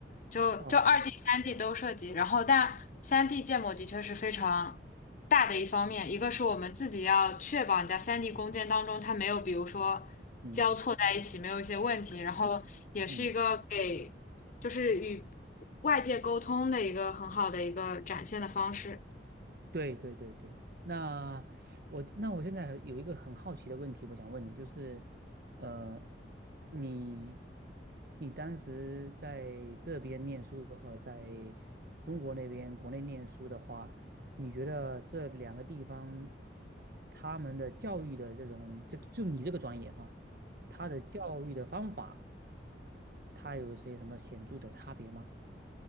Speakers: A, on the left; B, on the right.
A: 就就二
B: 哦，
A: D、三 D 都涉及，然后但三 D 建模的确是非常大的一方面，一个是我们自己要确保你在三 D 工件当中它没有，比如说交错在一起，
B: 嗯。
A: 没有一些问题，然后也是一个给就是与
B: 嗯，
A: 外界沟通的一个很好的一个展现的方式。
B: 对对对对，那我那我现在有一个很好奇的问题，我想问你，就是，呃，你你当时在这边念书和在中国那边国内念书的话，你觉得这两个地方他们的教育的这种，就就你这个专业哈，他的教育的方法，他有些什么显著的差别吗？